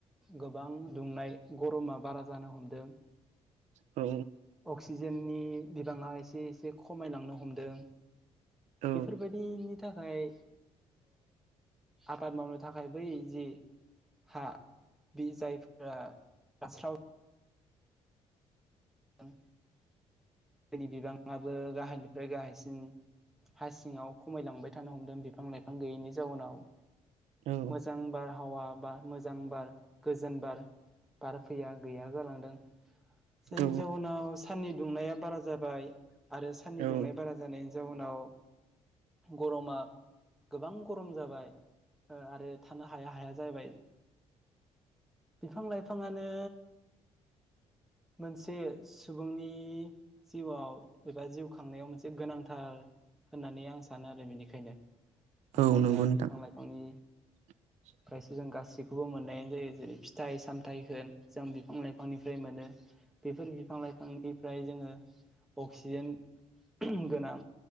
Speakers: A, in the centre; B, on the right (about 80°).
A: गोबां दुंनाय गरमा बारा जानो हमदों
B: औ
A: अक्सिजेननि बिबाङा एसे एसे खमायलांनो हमदों
B: औ
A: बेफोरबायदिनि थाखाय आबाद मावनो थाखाय बै जि हा बि जायफोरा हास्रव <unintelligible> गोदोनि बिबाङाबो गाहायनिफ्राय गाहायसिन हा सिङाव खमायलांबाय थानो हमदों बिफां लाइफां गैयैनि जाउनाव
B: औ
A: मोजां बार हावा बा मोजां बार गोजोन बार बार फैया गैया जालांदों जायनि
B: औ
A: जाहोनाव साननि दुंनाया बारा जाबाय आरो साननि
B: औ
A: दुंनाय बारा जानायनि जाउनाव गरमा गोबां गरम जाबाय आरो थानो हाया हाया जाहैबाय बिफां लाइफाङानो मोनसे सुबुंनि जिउआव एबा जिउ खांनायाव मोनसे गोनांथार होननानै आं सानो आरो बेनिखायनो मानो
B: औ
A: होनबा
B: नंगौ नोंथां
A: बिफां लाइफांनि
B: <inaudible>
A: फ्रायसो जों गासैखौबो मोननायानो जायो जेरै फिथाइ सामथाइ होन जों बिफां लाइफांनिफ्राय मोनो बेफोर बिफां लाइफांनिफ्राय जोङो अक्सिजेन गोनां